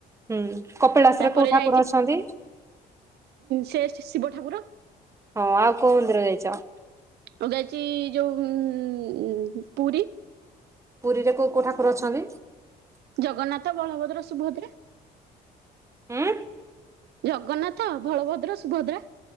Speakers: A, on the right; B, on the right.
A: ହୁଁ କପିଳାସରେ
B: ତାପରେ
A: କୋଉ ଠାକୁର
B: ଯାଇଛି
A: ଅଛନ୍ତି?
B: ସେ ଶିବ ଠାକୁର।
A: ହଁ ଆଉ କୋଉ ମନ୍ଦିର ଯାଇଚ?
B: ମୁଁ ଯାଇଚି ଯୋଉ ଉଁ ପୁରୀ।
A: ପୁରୀରେ କୋଉ କୋଉ ଠାକୁର ଅଛନ୍ତି?
B: ଜଗନ୍ନାଥ, ବଳଭଦ୍ର, ସୁଭଦ୍ରା।
A: ଉଁ।
B: ଜଗନ୍ନାଥ, ବଳଭଦ୍ର, ସୁଭଦ୍ରା।